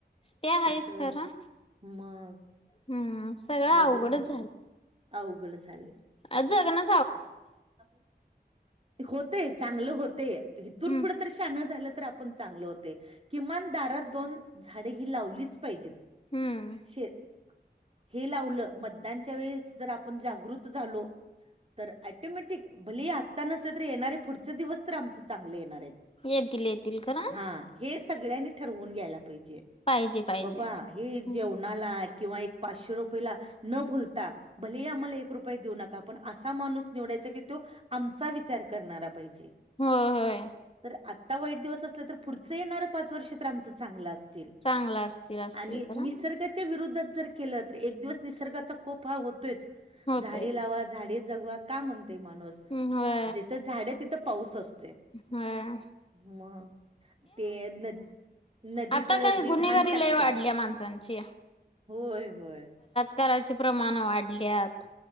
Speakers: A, on the left (about 35°); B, on the right (about 35°).
A: ते आहेच
B: कसं?
A: करा
B: मग
A: हम्म. सगळं
B: अवघड
A: अवघडच
B: झाल, अवघड झालं.
A: अ जगणं
B: <inaudible> होतंय चांगलं होतंय इथून
A: हम्म
B: पुढं तर शहाण झालं तर आपण चांगल होतंय, किमान दारात दोन झाडे ही लावलीच पाहिजेत.
A: हम्म.
B: शे हे लावलं मतदानच्या वेळेस जर आपण जागृत झालो तर अटोमॅटिक भले आत्ता नसले तर येणारे पुढचे दिवस तर आमचं चांगले येणार आहेत.
A: येतील येतील खरं.
B: हां, हे सगळ्यांनी ठरवून घ्यायला पाहिजे,
A: पाहिजे पाहिजे
B: बाबा हे
A: हम्म
B: जेवणाला किंवा एक पाचशे रुपयेला न भुलता भले ही आम्हाला एक रुपये देऊ नका पण असं हा माणूस निवडायचा की तो आमचा विचार करणारा पाहिजे.
A: होय होय.
B: तर आत्ता वाईट दिवस असलं तर पुढचं येणारं पाच वर्ष तर आमचं चांगलं अस येतील
A: चांगला असतील असतील
B: आणि एक
A: खरं
B: निसर्ग त्या विरोधात जर केलं तर एक दिवस निसर्गाचा कोप हा होतोयचं,
A: होतयच
B: झाडे लावा झाडे जगवा का म्हणतोय माणूस.
A: हम् होय.
B: जिथं झाडें तिथं पाऊस अस
A: हाया
B: मग ते नद नदीत
A: आता काय
B: जी
A: गुन्हेगारी
B: घाण टाकत्यात
A: लय वाढल्या माणसांची.
B: होय होय.
A: कराचे प्रमाण वाढल्यात.